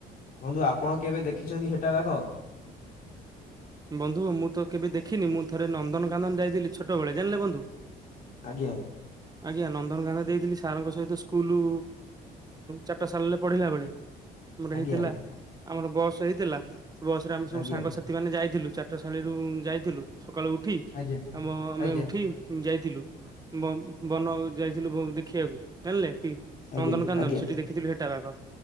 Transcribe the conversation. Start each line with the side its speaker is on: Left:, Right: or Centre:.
Left: ବନ୍ଧୁ ଆପଣ କେବେ ଦେଖିଛନ୍ତି ହେଟା ବାଘ।
Right: ବନ୍ଧୁ ମୁଁ ତ କେବେ ଦେଖିନି ମୁଁ ଥରେ ନନ୍ଦନକାନନ୍ଦନ ଯାଇଥିଲି ଛୋଟବେଳେ ଜାଣିଲେ ବନ୍ଧୁ।
Left: ଆଜ୍ଞା।
Right: ଆଜ୍ଞା ନନ୍ଦନକାନ ଦେଇଥିଲି ସାରଙ୍କ ସହିତ ସ୍କୁଲ ଚାଟଶାଳୀରେ ପଢିଲା ବେଳେ। ଆମର
Left: ଆଜ୍ଞା
Right: ହେଇଥିଲା ଆମର ବସ ହେଇଥିଲା ବସରେ ଆମେ ସବୁ
Left: ଆଜ୍ଞା
Right: ସାଙ୍ଗସାଥି ମାନେ ଯାଇ ଥିଲୁ ଚାଟଶାଳୀରୁୁ ଯାଇଥିଲୁ ସକାଳୁ ଉଠି
Left: ଆଜ୍ଞା
Right: ଆମ ଆମେ
Left: ଆଜ୍ଞା
Right: ଉଠି ଯାଇଥିଲୁ। ବ ବନ ଯାଇଥିଲୁ ଦେଖିବାକୁ ଜାଣିଲେ କି
Left: ଆଜ୍ଞା
Right: ନନ୍ଦନକାନ୍ଦନ
Left: ଆଜ୍ଞା
Right: ସେଠି ଦେଖିଥିଲି ହେଟାବାଘ